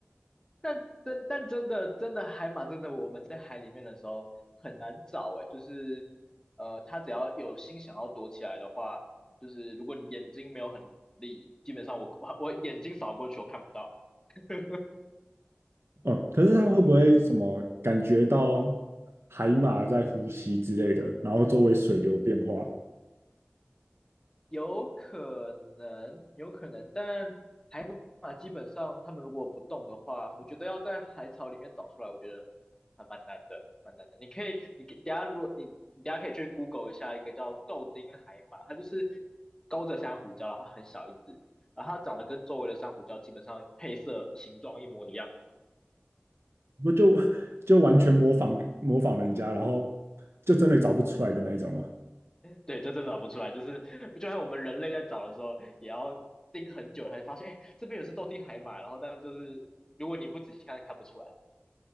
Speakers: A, on the left; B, on the right.
A: 但真但真的真的海马真的我们在海里面的时候很难找哎，就是呃，它只要有心想要躲起来的话，就是如果你眼睛没有很利，基本上我我我眼睛扫过去我看不到。<laughs>
B: 哦，可是它会不会什么感觉到海马在呼吸之类的，然后周围水流变化，
A: 有可能，有可能，但海马基本上他们如果不动的话，我觉得要在海草里面找出来，我觉得还蛮难的，蛮难的。你可以，你给等一下如果你你等一下可以去 Google 一下一个叫豆丁海马，它就是勾着珊瑚礁，然后它很小一只，然后它长得跟周围的珊瑚礁基本上配色形状一模一样，
B: 不就就完全模仿模仿人家，然后就真的找不出来的那一种啊？
A: 对，这真的找不出来，就是就像我们人类在找的时候，也要盯很久才发现，哎，这边也是豆丁海马，然后但是就是如果你不仔细看，看不出来。